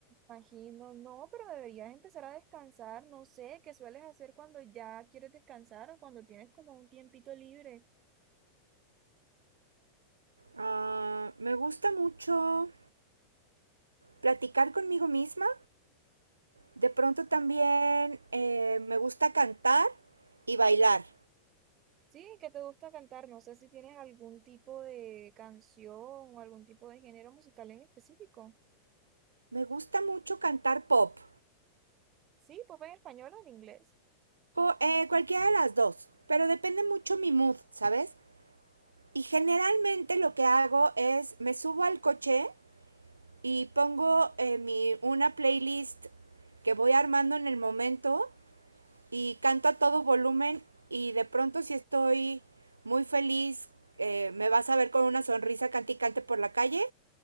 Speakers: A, on the right (about 30°); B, on the right (about 75°).
A: Imagino, no, pero deberías empezar a descansar. No sé, ¿qué sueles hacer cuando ya quieres descansar o cuando tienes como un tiempito libre?
B: Ah, me gusta mucho platicar conmigo misma. De pronto también eh, me gusta cantar y bailar.
A: Sí, ¿qué te gusta cantar? No sé si tienes algún tipo de canción o algún tipo de género musical en específico.
B: Me gusta mucho cantar pop.
A: Sí, pop en español o en inglés.
B: Co- eh, cualquiera de las dos, pero depende mucho mi mood, ¿sabes? Y generalmente lo que hago es me subo al coche y pongo eh, mi, una playlist que voy armando en el momento y canto a todo volumen y de pronto si estoy muy feliz eh, me vas a ver con una sonrisa cante y cante por la calle